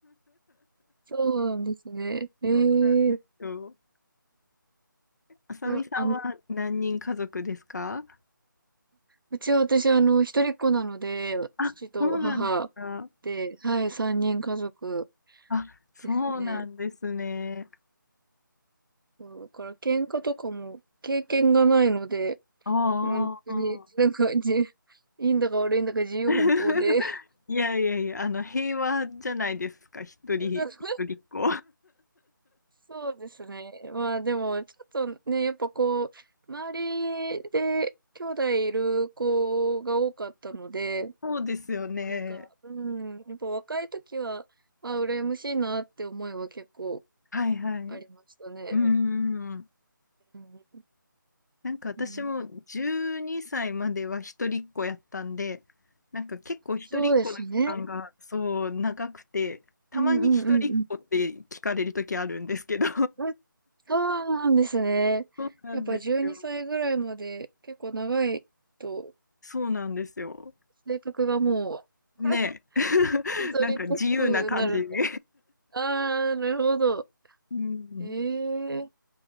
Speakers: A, on the right; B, on the left.
A: そうなんですね。え
B: そうなんですよ。
A: え
B: あさみさんは何人家族ですか
A: あ、あの、うちは私、あの、一人っ子なので、
B: あ、
A: 父と母
B: そうなんですか。
A: で、はい、三人家族
B: あ、そうなんですね。
A: ですね。そうだから喧嘩とかも経験がないので、
B: ああ。
A: 本当に、なんか、じ、いいんだか悪いんだか自由奔放で。
B: <laughs> いやいやいや、あの、平和じゃないですか、一人一人っ子。
A: <laughs> そうそうですね。まあでも、ちょっとね、やっぱこう、周りで兄弟いる子が多かったので、
B: <laughs> そうですよね。
A: なんか、うん、やっぱ若い時は、あ、羨ましいなって思いは結構
B: はいはい。
A: ありましたね。
B: うーん。
A: うん
B: なんか私も12歳までは一人っ子やったんで、
A: うん、
B: なんか結構一人っ子の期間がそう長くて、
A: そうですね。
B: たまに一人っ子って聞かれる時あるんですけど
A: うんうんうんうん。うんそうなんですね。
B: そうなんですよ。
A: やっぱ12歳ぐらいまで結構長いと、
B: そうなんですよ。
A: 性格がもう、<laughs>
B: ねえ。
A: 一人っぽくなるんだ。
B: <laughs> なんか自由な感じに
A: ああ、なるほど。
B: うん。
A: ええ